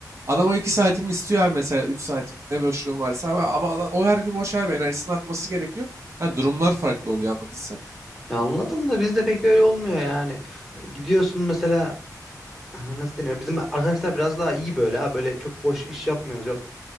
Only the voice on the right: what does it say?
Adam o 2 saatimi istiyor abi mesela 3 saatim. Ne boşluğum varsa abi. Ama adam- o her gün boş abi. Enerjisini atması gerekiyor. Yani durumlar farklı oluyor anladın sen.